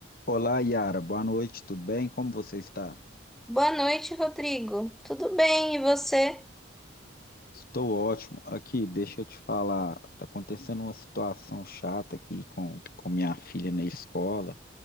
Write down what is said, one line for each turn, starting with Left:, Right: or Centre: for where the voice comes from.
Left: Olá, Yara. Boa noite, tudo bem? Como você está?
Centre: Boa noite, Rodrigo. Tudo bem, e você?
Left: Estou ótimo. Aqui, deixa eu te falar. tá acontecendo uma situação chata aqui com, com minha filha na escola.